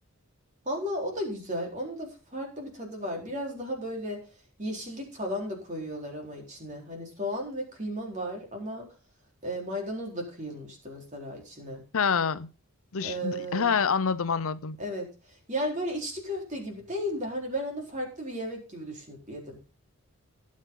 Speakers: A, on the right; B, on the left.
A: Valla o da güzel. Onun da farklı bir tadı var. Biraz daha böyle yeşillik falan da koyuyorlar ama içine. Hani soğan ve kıyma var ama e, maydanoz da kıyılmıştı mesela içine.
B: Ha. Dış,
A: Ee,
B: d- ha anladım anladım.
A: evet. Yani böyle içli köfte gibi değil de hani ben onu farklı bir yemek gibi düşünüp yedim.